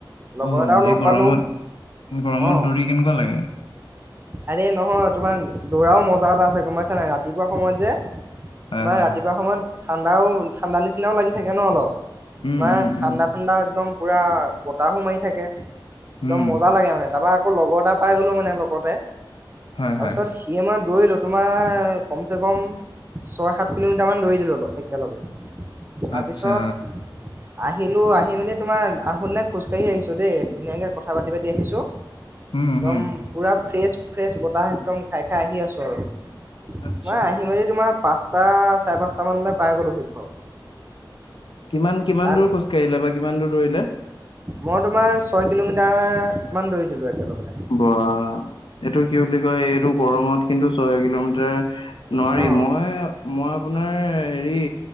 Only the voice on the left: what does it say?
অ'
এই গৰমত
গৰমত
দৌৰি কেনেকুৱা লাগে?
হয়,
হয়,
হয়।
উম,
উম,
উম,
উম,
হয়,
হয়।
আচ্ছা,
উম,
উম।
আচ্ছা,
কিমান, কিমান
দূৰ খোজকাঢ়িলা বা কিমান দূৰ দৌৰিলা।
বা এইটো কি বুলি কয়, এইটো গৰমত কিন্তু ছয় কিলোমিটাৰ নোৱাৰি।
মই মই আপোনাৰ হেৰি,